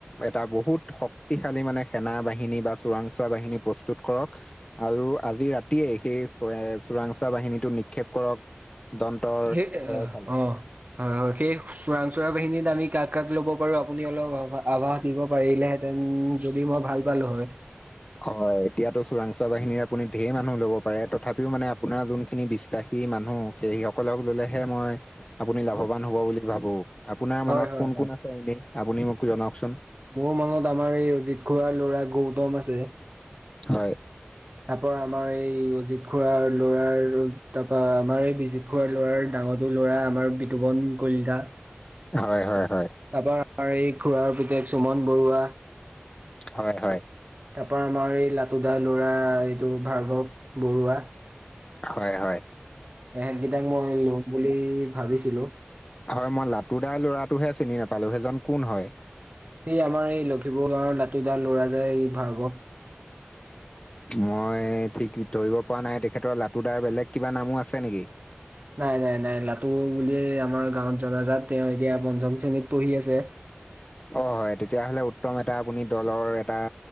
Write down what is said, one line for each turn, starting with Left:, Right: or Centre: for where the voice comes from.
Left: এটা বহুত শক্তিশালী মানে সেনা বাহিনী বা চোৰাংচোৱা বাহিনী প্ৰস্তুত কৰক। আৰু আজি ৰাতিয়ে সেই চোৰাংচোৱা বাহিনীটো নিক্ষেপ কৰক। দন্তৰ
Right: সেই
Left: ঘৰৰ ফালে।
Right: অ হয় হয়, সেই চোৰাং চোৰা বাহিনীত আমি কাক কাক ল'ব পাৰো। আপুনি অলপ আভাস- দিব পাৰিলেহেঁতেন। যদি মই ভাল পালোঁ হয়।
Left: হয়, এতিয়াতো চোৰাংচোৱা বাহিনীৰ আপুনি ঢেৰ মানুহ ল'ব পাৰে। তথাপিও মানে আপোনাৰ যোনখিনি বিশ্বাসী- মানুহ, সেই সকলক ললেহে মই- আপুনি লাভৱান হ'ব বুলি ভাবোঁ, আপোনাৰ
Right: হয়
Left: মনত
Right: হয়
Left: কোন কোন আছে এনে আপুনি মোক জনাওকচোন।
Right: বহু মানুহ আমাৰ এই অজিত খুৰাৰ ল'ৰা গৌতম আছে।
Left: হয়,
Right: তাৰপৰা আমাৰ এই অজিত খুুৰাৰ ল'ৰাৰ, তাৰপৰা আমাৰ এই বিজিত খুৰা- খুৰাৰ ল'ৰাৰ ডাঙৰ ল'ৰা আমাৰ বিতুপন কলিতা।
Left: হয় হয় হয়।
Right: তাৰপৰা আমাৰ এই খুৰাৰ পুতেক সুমন বৰুৱা।
Left: হয় হয়।
Right: তাৰ পৰা আমাৰ এই লাটোদাৰ ল'ৰা এইটো ভাৰ্গৱ বৰুৱা।
Left: হয় হয়।
Right: এহেট কেইটাক মই ল'ম বুলি ভাবিছিলোঁ।
Left: হয়, মই লাটোদাৰ ল'ৰাটোহে চিনি নাপালোঁ। সেইজন কোন হয়।
Right: এই আমাৰ এই লখিপুৰ গাঁৱৰ লাতু দা ল'ৰা যে এই ভাৰ্গৱ।
Left: মই ঠিক ধৰিব পৰা নাই। তেখেতৰ লাতু দাৰ বেলেগ কিবা নামো আছে নেকি?
Right: নাই নাই নাই, লাতু বুলিয়ে আমাৰ গাঁৱত জনাজাত। তেওঁ এতিয়া পঞ্চম শ্ৰেণীত পঢ়ি আছে।
Left: অ', হয়, তেতিয়াহ'লে উত্তম এটা আপুনি দলৰ এটা-